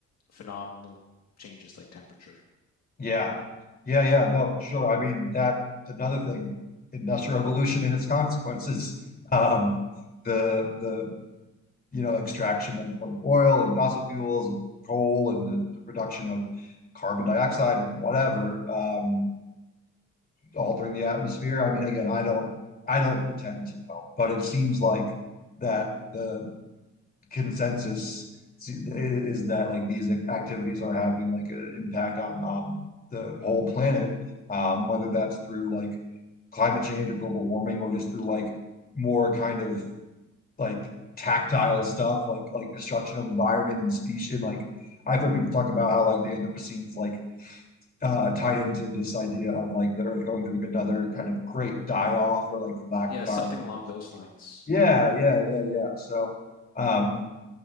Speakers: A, on the left (about 60°); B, on the left (about 30°).
A: phenomenal changes like temperature.
B: Yeah. Yeah, yeah, no, for sure. I mean, that another thing, industrial revolution and its consequences. Um, the the you know, extraction of, of oil and fossil fuels and coal and the, the production of carbon dioxide and whatever, um, altering the atmosphere. I mean, again, I don't I don't pretend to know, but it seems like that the consensus is that like these activities are having like an impact on on the whole planet, um, whether that's through like climate change or global warming or just through like more kind of like tactile stuff, like like destruction of environment and species. Like I've heard people talk about how like the Anthropocene is like uh, tied into this idea of like the Earth going through like, another kind of great die off or like the lack
A: Yeah,
B: of biodiversity.
A: something along those lines.
B: Yeah, yeah, yeah, yeah. So, um,